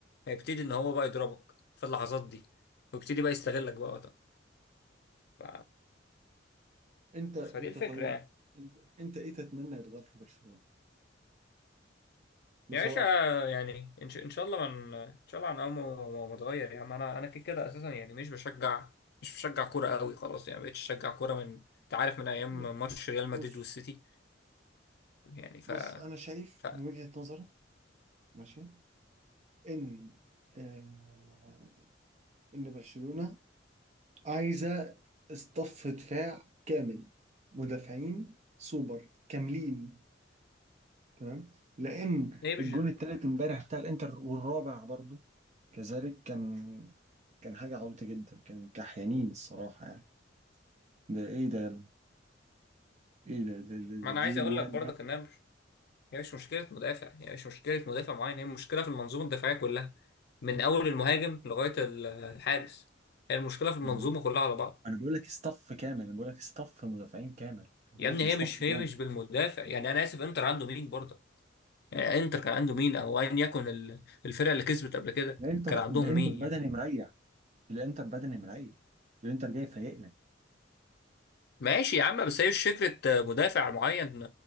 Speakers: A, on the left (about 60°); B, on the right (about 40°).
A: هيبتدي ان هو بقى يضربك في اللحظات دي ويبتدي بقى يستغلك
B: مم.
A: بقى وقتها ف...
B: انت انت
A: فدي الفكره
B: طيب
A: يعني
B: انت انت ايه تتمنى يتغير في برشلونة بصراحة
A: يا باشا يعني ان شاء إن شاء الله من ان شاء الله عن اول ما ما اتغير يا عم انا انا كده كده اساسا يعني مش بشجع مش بشجع كوره قوي خلاص يعني مبقتش اشجع كوره من انت عارف من ايام
B: بص
A: ماتش ريال مدريد
B: بص
A: والسيتي يعني ف
B: بص انا شايف
A: ف
B: من وجهة نظري ماشي ان آه، ان برشلونة عايزة اصطف دفاع كامل مدافعين سوبر كاملين تمام لان
A: ليه مش
B: الجون التالت امبارح بتاع الانتر والرابع برضو كذلك كان كان حاجة عبيطة جدا كان كحيانين الصراحة يعني ده ايه ده يا ابني؟ ايه ده, ده, ده,
A: ما
B: ده
A: انا عايز
B: دي
A: اقول
B: جوان
A: لك برضك ان انا هي مش مشكلة مدافع يعني مش مشكلة مدافع معين هي مشكلة في المنظومة الدفاعية كلها من أول المهاجم لغاية ال- الحارس هي المشكلة في المنظومة
B: دي.
A: كلها على بعض
B: انا بقول لك اصطف كامل انا بقول لك اصطف مدافعين كامل انا
A: يا
B: بقول
A: ابني
B: لك الاصطف
A: هي مش هي
B: كامل
A: مش بالمدافع يعني أنا آسف إنتر عنده مين برضه يعني إنتر كان عنده مين أو أيا يكن ال- الفرقة اللي كسبت قبل كده
B: الانتر
A: كان عندهم
B: الانتر
A: مين
B: بدني
A: يعني
B: مريح الانتر بدني مريح الانتر جاي فايق لك.
A: ماشي يا عم بس هي مش فكرة مدافع معين